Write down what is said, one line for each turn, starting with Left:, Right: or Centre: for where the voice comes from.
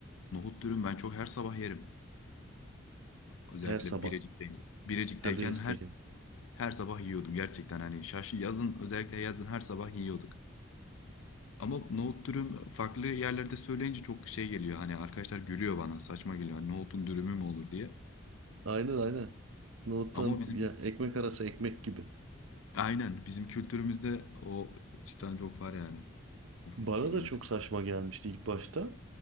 Left: Nohut dürüm ben çok her sabah yerim. Özellikle
Right: Her sabah.
Left: Birecik'teyken. Birecik'teyken
Right: Her biristeki.
Left: her her sabah yiyordum gerçekten hani şaşı yazın özellikle yazın her sabah yiyorduk. Ama nohut dürüm farklı yerlerde söyleyince çok şey geliyor. Hani arkadaşlar gülüyor bana saçma geliyor. Hani nohutun dürümü mü olur diye.
Right: Aynen aynen. Nohuttan
Left: Ama bizim
Right: ya ekmek arası ekmek gibi.
Left: aynen bizim kültürümüzde o cidden çok var yani. Urfa
Right: Bana
Left: kültüründe.
Right: da çok saçma gelmişti ilk başta.